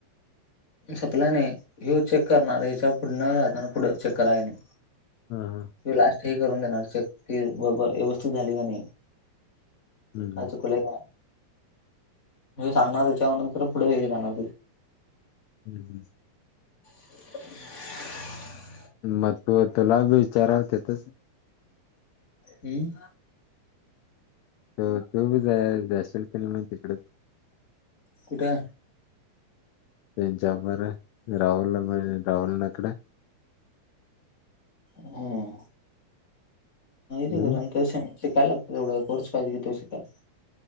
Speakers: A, on the left (about 25°); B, on the left (about 80°).
A: सपल्या नाही ह चेक करणार ह्याच्या पुढन जातायनी पुढे चेक कराय नाही.
B: हा हा.
A: लास्ट ह करून देणार चेक ती बरोबर व्यवस्थित झाली का नाही.
B: हम्म
A: का चुकुले का म सांगणार त्याच्यावर नंतर पुढे येई जाणार
B: हम्म हम्म.
A: ह <unintelligible>
B: म्हटल तुला विचार होते तस
A: हम्म.
B: तर तू बी जा जाशिल किनाय तिकड
A: कुठे?
B: तेनच्यापर राहुल राहुल ना अकडे
A: हम्म.
B: हम्म
A: ते कर त शिकायला लागत तेवढा कोर्स पाहिजे की तो शिकायला.